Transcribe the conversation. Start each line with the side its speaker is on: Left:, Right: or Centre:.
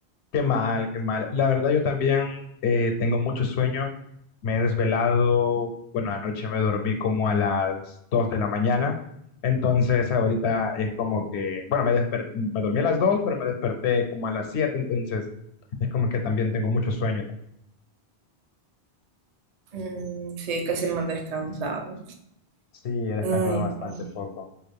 Left: qué mal, qué mal. La verdad yo también eh, tengo mucho sueño, me he desvelado, bueno, anoche me dormí como a las 2 de la mañana, entonces ahorita es como que, bueno, me desperté, me dormí a las 2, pero me desperté como a las 7. entonces es como que también tengo mucho sueño.
Right: Mm, sí, casi no he descansado.
Left: Sí, he descansado
Right: Ay,
Left: bastante
Right: no.
Left: poco.